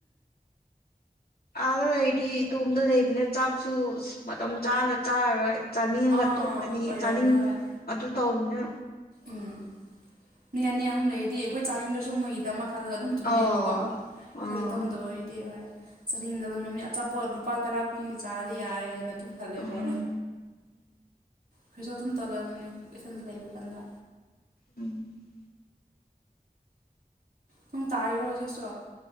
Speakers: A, on the left; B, on the right.
A: ꯑꯥꯗ ꯂꯩꯗꯤ ꯏꯇꯣꯝꯗ ꯂꯩꯕꯅ ꯆꯥꯛꯁꯨ ꯃꯇꯝ ꯆꯥꯅ ꯆꯥꯔꯔꯣꯏ ꯆꯥꯅꯤꯡꯉꯒ
B: ꯑꯥ
A: ꯇꯣꯛꯀꯅꯤ
B: ꯑꯣꯏꯔꯝꯅꯤ
A: ꯆꯥꯅꯤꯡ
B: ꯍꯣꯏ
A: ꯑꯗꯨ ꯇꯧꯕꯅꯤꯅ
B: ꯎꯝ ꯃꯤ ꯑꯅꯤ ꯑꯍꯨꯝ ꯂꯩꯔꯗꯤ ꯑꯩꯈꯣꯏ ꯆꯥꯅꯤꯡꯗꯁꯨ ꯃꯨꯒꯤꯗꯃꯛ ꯈꯜꯂꯒ ꯑꯗꯨꯝ ꯊꯣꯡꯉꯦꯕꯀꯣ
A: ꯑꯣ
B: ꯑꯩꯈꯣꯏ
A: ꯑꯥ
B: ꯏꯇꯣꯝꯗ ꯑꯣꯏꯔꯗꯤ ꯍꯣꯏ ꯆꯥꯅꯤꯡꯗꯕ ꯅꯨꯃꯤꯠ ꯑꯆꯥꯄꯣꯠ ꯂꯨꯄꯥ ꯇꯔꯥ ꯀꯨꯟꯒꯤ ꯆꯥꯔꯗꯤ ꯌꯥꯔꯦ ꯍꯥꯏꯅ ꯑꯗꯨꯝ ꯈꯜꯂꯦꯕ
A: ꯎꯝ
B: ꯄꯩꯁꯣ ꯑꯗꯨꯝ ꯇꯧꯒꯑꯕꯅꯤ ꯄꯩꯁꯟꯗ ꯂꯩꯕ ꯀꯥꯟꯗ
A: ꯎꯝ꯫
B: ꯅꯣꯡ ꯇꯥꯔꯤꯔꯣ ꯍꯧꯖꯤꯛꯁꯨ꯫